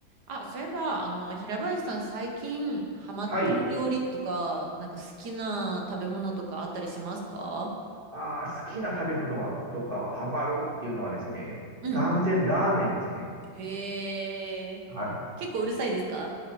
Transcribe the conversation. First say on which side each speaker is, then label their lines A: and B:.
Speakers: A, on the right; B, on the right.
A: あ、そういえば、あの、平林さん最近ハマってる料理とか、
B: はい。
A: なんか好きな食べ物とかあったりしますか
B: あー、好きな食べ物はとかはハマるっていうのはですね、
A: うん。
B: 断然ラーメンですね。
A: へえ。
B: はい。
A: 結構うるさいですか